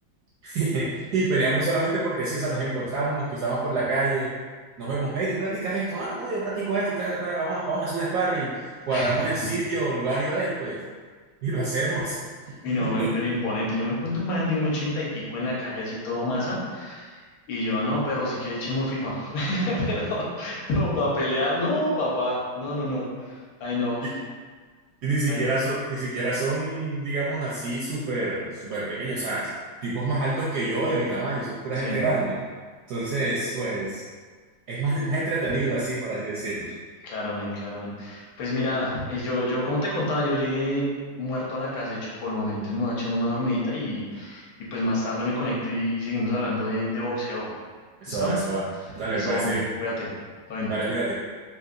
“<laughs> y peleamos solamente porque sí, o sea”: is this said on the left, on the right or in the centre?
Right